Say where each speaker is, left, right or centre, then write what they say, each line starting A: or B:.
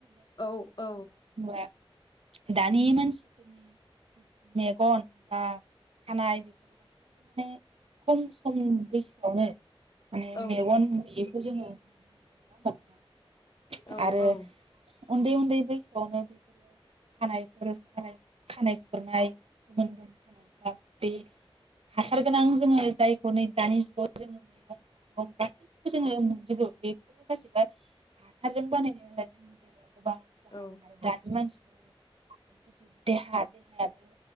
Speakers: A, on the left (about 45°); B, on the right (about 85°).
A: औ औ
B: <unintelligible> दानि मानसिफोरनि जि मेगन बा खानाइ बेफोरो गासैबो माने खम सम बैसोआवनो माने
A: औ
B: मेगन नुयैखौ जोङो <unintelligible>
A: औ
B: आरो
A: औ
B: उन्दै उन्दै बैसोआवनो बेफोरो खानायफोर खानाइ खानाइ फुरनाय गोमोन गोमोन खानायफ्रा बे हासार गोनां जोङो जायखौ नै दानि जुगाव जोङो मैगं थाइगं गासैखौबो जोङो मोनजोबो बे गासिबो हासारजों बानायनाय नालाय जोंनि देहायाव
A: औ
B: <unintelligible> आरो दानि मानसि <unintelligible> देहा देहायाबो